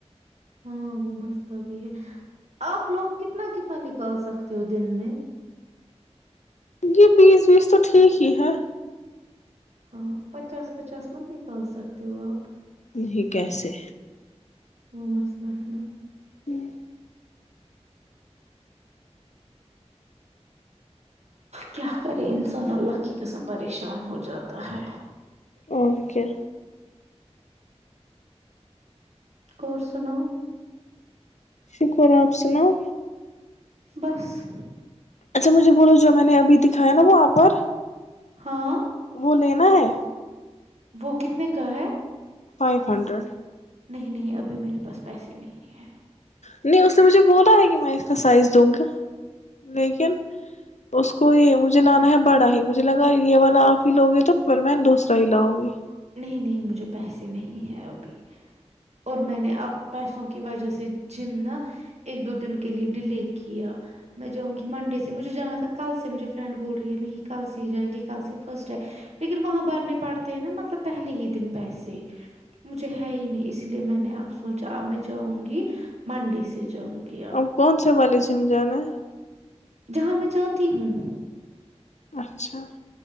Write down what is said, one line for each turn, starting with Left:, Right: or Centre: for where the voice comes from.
Right: ہاں وہ مستا بھی ہے آپ لوگ کتنا کتنا نکال سکتے ہو دن میں
Left: یہ بیس بیس تو ٹھیک ہی ہے
Right: ہاں پچاس پچاس مت نکال سکتے ہو آپ
Left: نہیں کیسے
Right: وہ مسئلہ ہے نا <inaudible>
Left: ہوں <inaudible>
Right: کیا کرے انسان اللہ کی قسم پریشان ہو جاتا ہے
Left: اور کیا
Right: اور سناو
Left: شکر آپ سناؤ
Right: بس
Left: اچھا مجھے بولو جو میں نے ابھی دکھایا نا وہاں پر
Right: ہاں
Left: وہ لینا ہے
Right: وہ کتنے کا ہے
Left: فائیو ہنڈریڈ
Right: نہیں نہیں ابھی میرے پاس پیسے نہیں ہیں
Left: نہیں اس نے مجھے بولا ہے کہ میں اس کا سائز دوں گا لیکن اس کو یہ مجھے لانا ہے بڑا ہی مجھے لگا یہ والا آپ ہی لو گے تو پھر میں دوسرا ہی لاؤں گی
Right: نہیں نہیں مجھے پیسے نہیں ہے ابھی اور میں نے اب پیسوں کی وجہ سے جم نا ایک دو دن کے لیے ڈیلے کیا میں جاؤں گی منڈے سے مجھے جانا تھا کل سے مجھے فرینڈ بول رہی ہے نہیں کل سے ہی جائیں گے کل سے فرسٹ ہے لیکن وہاں برنے پڑتے ہیں نا مطلب پہلے ہی دن پیسے مجھے ہے ہی نہیں اس لیے میں نے اب سوچا اب میں جاؤں گی منڈے سے جاؤں گی اب
Left: ہم کون سے بولے چ جانا <unintelligible>
Right: جہاں میں جاتی ہوں
Left: اچھا